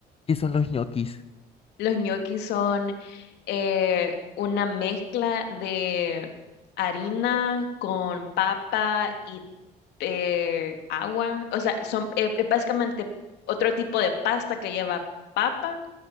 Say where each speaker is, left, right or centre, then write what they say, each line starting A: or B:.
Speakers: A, on the left; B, on the left.
A: ¿Qué son los ñoquis?
B: Los ñoquis son eh, una mezcla de harina con papa y eh, agua. O sea, son eh, eh, básicamente otro tipo de pasta que lleva papa